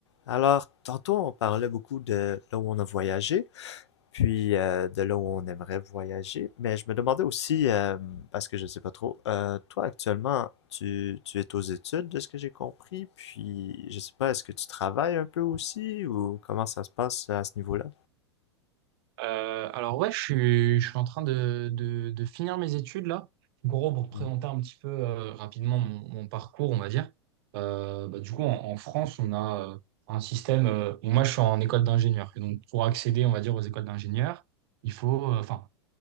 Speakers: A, on the left; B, on the right.
A: Alors, tantôt, on parlait beaucoup de là où on a voyagé, puis euh, de là où on aimerait voyager, mais je me demandais aussi, euh, parce que je ne sais pas trop, euh, toi actuellement, tu, tu es aux études, de ce que j'ai compris, puis je sais pas, est-ce que tu travailles un peu aussi, ou comment ça se passe à ce niveau-là?
B: Euh, alors ouais, je suis, je suis en train de, de- de finir mes études là. Gros, pour présenter
A: Mm.
B: un petit peu euh, rapidement mon, mon parcours, on va dire. Euh, bah, du coup, en, en France, on a euh, un système. euh, bon, moi, je suis en école d'ingénieur. Et donc, pour accéder, on va dire, aux écoles d'ingénieurs, il faut, euh, enfin.